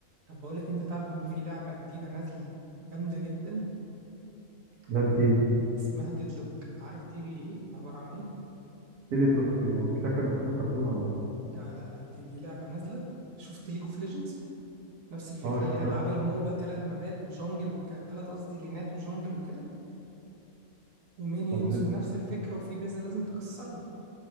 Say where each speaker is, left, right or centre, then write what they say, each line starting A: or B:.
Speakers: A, on the right; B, on the right.
A: طب بقول لك أنت تعرف إن في لعبة جديدة نازلة جامدة جدا
B: لعبة إيه دي؟
A: اسمها ديدلوك عارف دي بي إيه عبارة عن إيه؟
B: إيه دي بلوك دي هو مش ده كان فيلم كرتون ولا إيه؟
A: لا لا لا دي دي لعبة نازلة شفت ليج اوف ليجندز نفس الفكرة
B: اه شفتها
A: اللي هي ألعاب الموبا تلات مابات وجانجل وك... تلات قصدي لينات وجانجل وكده ومينيونز
B: طب
A: ونفس الفكرة وفي بيزا لازم تكسرها